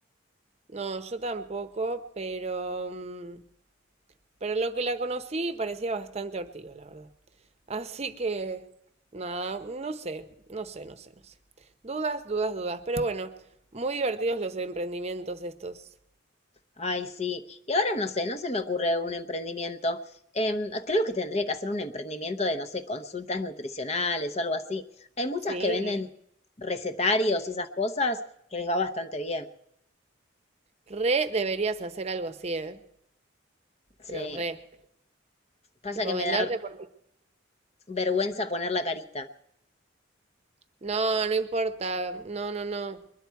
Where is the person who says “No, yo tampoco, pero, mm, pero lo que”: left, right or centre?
Right